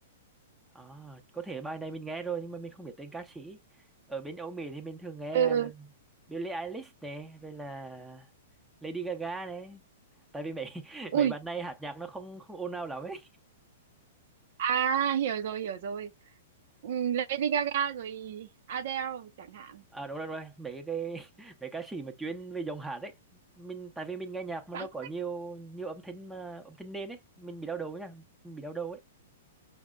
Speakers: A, in the centre; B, on the right.
A: à có thể bài này mình nghe rồi nhưng mà mình không biết tên ca sĩ ở bên Âu Mỹ thì mình thường nghe
B: ừ
A: à, Billie Eilish này rồi là Lady Gaga này tại vì mấy <laughs>
B: ui
A: mấy bạn này hát nhạc nó không không ồn ào lắm ấy
B: à hiểu rồi hiểu rồi Ừ, Lady Gaga rồi Adele chẳng hạn
A: à đúng rồi đúng rồi mấy cái <laughs> mấy ca sĩ mà chuyên về dòng hạt ấy mình tại vì mình nghe nhạc mà
B: bạn
A: nó có
B: có
A: nhiều nhiều âm thanh mà âm thanh nền ấy mình bị đau đầu nha mình bị đau đầu ấy